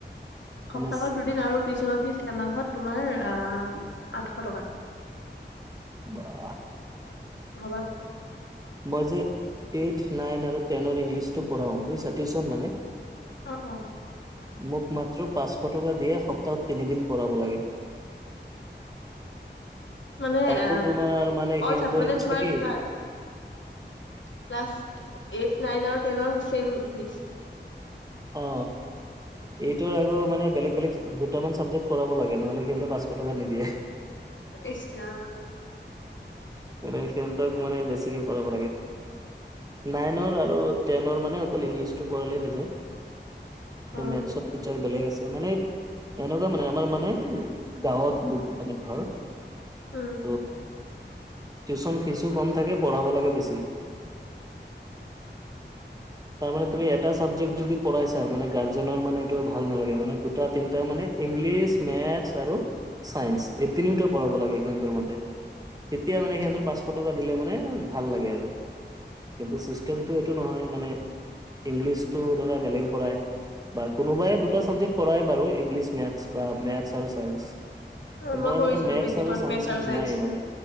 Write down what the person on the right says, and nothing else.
মানে
বাহ।
মই যে, এইথ নাইন আৰু টেনৰ ইংলিছটো পঢ়াও বুজিছা টউচন মানে।
মোক মাত্র পাঁচশ টকা দিয়ে সপ্তাহত তিনিদিন পঢ়াব লাগে।
তাকো
তোমাৰ মানে
সিহঁতৰ
ইচ্ছা
কি
অ। এইটোৰ আৰু মানে বেলেগ বেলেগ দুটামান চাবজেক্ট কৰাব লাগে নহ'লে সিহঁতে পাঁচশ টকা নিদিয়ে।
মান সিহঁতক মানে বেছিকে পব লাগে।
নাইনৰ আৰু টেনৰ মানে অকল ইংলিছটো পঢ়ালেই হৈ যায়।
মেটছৰ তিচাৰ বেলেগ আছে, মানে এনেকুৱা মানে আমাৰ মানে। গাঁৱত মানে ঘৰ।
ত, টিউচন ফিজো কম থাকে পঢ়াব লাগে বেছি। তাৰ মানে তুমি এটা। চাবজেক্ট যদি পঢ়াই চাই মানে গাৰ্জেনৰ মানে এইটো ভাল নালাগে মানে দুটা তিনিটা মানে ইংলিছ মেথছ আৰু ছাইন্স এই তিনিওতে পঢ়াব লাগে সিহঁতৰ মতে। তেতিয়া
মানে সিহঁৰ প পাঁচশ টকা দিলে মানে ভাল লাগে আৰু, কিন্তু ছিষ্টেমটো এইটো নহয় মানে। ইংলিছতটো ধৰা বেলেগে পঢ়ায়। বা কোনোবাই দুটা চাবজেক্ট কৰাই বাৰু ইংলিছ মেথ বা মেথছ আৰু চঞ্চ।
মই
মানে মেথছ
আৰু চাইন্সত
নাই মানে,